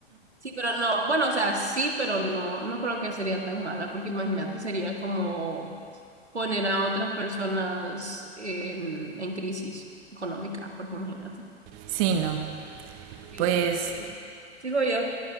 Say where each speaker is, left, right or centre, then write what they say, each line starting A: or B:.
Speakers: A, on the right; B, on the right.
A: sí, pero no, bueno, o sea, sí, pero no, no creo que sería tan mala, porque imagínate, sería como poner a otras personas en, en crisis económica, porque imagínate.
B: sí, no.
A: Sí.
B: Pues,
A: Sigo yo.